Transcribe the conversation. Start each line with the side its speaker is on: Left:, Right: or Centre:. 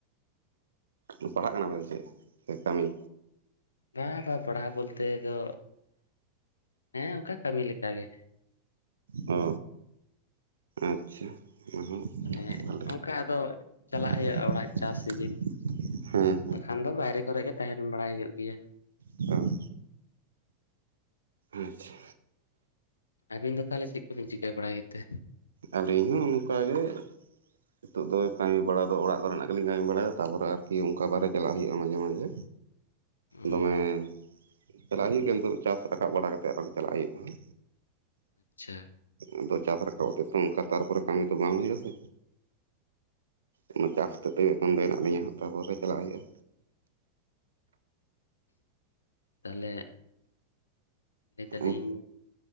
Right: ᱚ ᱯᱟᱲᱦᱟᱜ ᱠᱟᱱᱟ ᱵᱮᱱ ᱥᱮ ᱪᱮᱫ ᱥᱮ ᱠᱟᱹᱢᱤ
Left: ᱵᱟᱝ ᱵᱟᱝ ᱯᱟᱲᱦᱟᱣ ᱵᱚᱞᱛᱮ ᱫᱚ ᱦᱮᱸ ᱚᱱᱠᱟ ᱠᱟᱹᱢᱤ ᱞᱮᱠᱟᱟᱜ ᱜᱮ
Right: ᱚ ᱟᱪᱪᱷᱟ ᱚᱱᱟ
Left: ᱢᱟᱱᱮ ᱚᱱᱠᱟ ᱟᱫᱚ ᱪᱟᱞᱟᱜ
Right: <inaudible>
Left: ᱦᱩᱭᱩᱜᱼᱟ ᱚᱲᱟᱜ ᱪᱟᱥ ᱥᱤᱡᱤᱱ
Right: ᱦᱮᱸ
Left: ᱵᱟᱠᱷᱟᱱ ᱫᱚ ᱵᱟᱭᱨᱮ ᱠᱚᱨᱮ ᱜᱮ ᱛᱟᱦᱮᱸᱱ ᱵᱟᱲᱟᱭ ᱦᱩᱭᱩᱜ ᱜᱮᱭᱟ
Right: ᱚ ᱟᱪᱪᱷᱟ
Left: ᱟᱹᱵᱤᱱ ᱫᱚ ᱛᱟᱦᱚᱞᱮ ᱪᱮᱫ ᱠᱚᱵᱤᱱ ᱪᱤᱠᱟᱹ ᱵᱟᱲᱟᱭᱮᱫ ᱛᱮ
Right: ᱟᱞᱤ ᱤᱧ ᱦᱚᱸ ᱚᱱᱠᱟ ᱜᱮ ᱱᱤᱛᱚᱜ ᱫᱚ ᱠᱟᱹᱢᱤ ᱵᱟᱲᱟ ᱫᱚ ᱚᱲᱟᱜ ᱠᱚ ᱨᱮᱱᱟᱜ ᱜᱮᱞᱤᱧ ᱠᱟᱹᱢᱤ ᱵᱟᱲᱟᱭᱟ ᱛᱟᱯᱚᱨᱮ ᱟᱨᱠᱤ ᱚᱱᱠᱟ ᱵᱟᱦᱨᱮ ᱪᱟᱞᱟᱜ ᱦᱩᱭᱩᱜᱳᱼᱟ ᱢᱟᱡᱷᱮ ᱢᱟᱡᱷᱮ
Left: ᱚᱸ
Right: ᱫᱚᱢᱮ ᱪᱟᱞᱟᱜ ᱦᱩᱭᱩᱜᱳᱼᱟ ᱠᱤᱱᱛᱩ ᱪᱟᱥ ᱨᱟᱠᱟᱵ ᱵᱟᱲᱟ ᱠᱟᱛᱮ ᱟᱨᱚ ᱪᱟᱞᱟᱜ ᱦᱩᱭᱩᱜᱼᱟ
Left: ᱟᱪᱪᱷᱟ
Right: ᱟᱫᱚ ᱪᱟᱥ ᱨᱟᱠᱟᱵ ᱠᱟᱛᱮ ᱛᱚ ᱚᱱᱠᱟ ᱛᱟᱨᱯᱚᱨᱮ ᱠᱟᱹᱢᱤ ᱫᱚ ᱵᱟᱝ ᱦᱩᱭᱩᱜᱼᱟ ᱟᱥᱮ ᱚᱱᱟ ᱪᱟᱥ ᱠᱟᱛᱮ ᱜᱮ ᱮᱠᱷᱚᱱ ᱫᱚ ᱦᱮᱱᱟᱜ ᱞᱤᱧᱟ ᱦᱟᱜ ᱛᱟᱯᱚᱨᱮ ᱪᱟᱞᱟᱜ ᱦᱩᱭᱩᱜᱼᱟ
Left: ᱛᱟᱦᱚᱞᱮ ᱞᱟᱹᱭ ᱫᱟᱞᱤᱧ
Right: ᱦᱩᱭᱩᱜᱼᱟ